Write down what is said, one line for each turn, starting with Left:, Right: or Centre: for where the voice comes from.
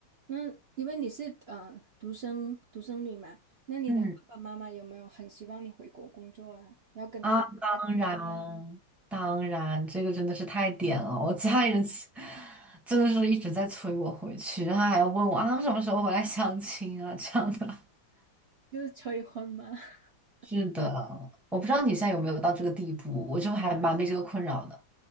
Right: 那因为你是呃独生独生女嘛，那你的爸爸妈妈有没有很希望你回国工作啊？
Centre: 嗯
Right: 要跟他们在这里
Centre: 啊，当然，当然，这个真的是太点了，我家人其真的是一直在催我回去，然后还要问我啊什么时候回来相亲啊这样的。<laughs>
Right: 就是催婚吗？<laughs>
Centre: 是的，我不知道你现在有没有到这个地步，我就还蛮被这个困扰的。